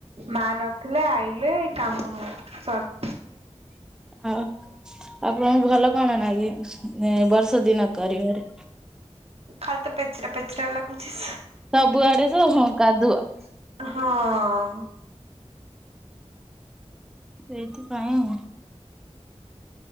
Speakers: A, on the right (about 60°); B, in the centre.
A: ମା ନଥିଲେ ଆଇଲେ ଏ କାମ ସର
B: ହଉ ଆପଣଙ୍କୁ ଭଲ କଣ ନ କି ବର୍ଷ ଦିନ କରିବାରେ।
A: ଖାଲ ତ ପେଚରା ପେଚରା ଲାଗୁଛି।
B: ସବୁଆଡେ ତ ହଁ କାଦୁଅ।
A: ହଁ।
B: ସେଇଥିପାଇଁ।